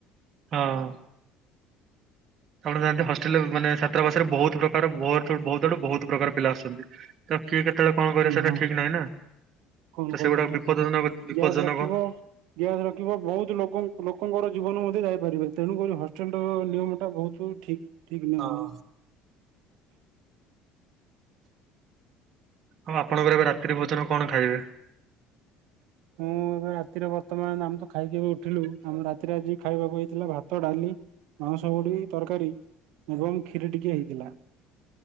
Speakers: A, on the right; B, on the right.
A: ହଁ। ଆପଣ ଯାଆନ୍ତି ହଷ୍ଟେଲରେ ମାନେ ସାତ୍ରବାସରେ ବହୁତ ପ୍ରକାର ବହୁତୁ ଆଡୁ ବହୁତ ପ୍ରକାର ପିଲା ଆସନ୍ତି କିଏ କେତେବେଳେ କଣ କରେ ସେଟା
B: ହଁ।
A: ଠିକ୍ ନାହିଁ ନା।
B: କଣ
A: ତ
B: କରିବ
A: ସେଗୁଡାକ
B: ଠିକ୍
A: ବିପଦଜନକ
B: କଥା
A: ବିପଦଜନକ।
B: ଗ୍ୟାସ ରଖିବ ଗ୍ୟାସ ରଖିବ ବହୁତ ଲୋକ ଲୋକଙ୍କର ଜୀବନ ମଧ୍ୟ ଯାଇପାରିବନି ତେଣୁକରି ହଷ୍ଟେଲ ର ନିୟମ ଟା ବହୁତ ଠିକ୍। <unintelligible>
A: ହଁ। ଆଉ ଆପଣଙ୍କର ଏବେ ରାତିରେ ଭୋଜନ କଣ ଖାଇବେ?
B: ମୁଁ ଏବେ ରାତିରେ ବର୍ତ୍ତମାନ ଆମେ ତ ଖାଇକି ବି ଉଠିଲୁ ଆମ ରାତିରେ ଆଜି ଖାଇବାକୁ ହେଇଥିଲା ଭାତ ଡାଲି ମାଉଁସ ବଢି ତରକାରୀ ଏବଂ କ୍ଷୀର ଟିକିଏ ହେଇଥିଲା।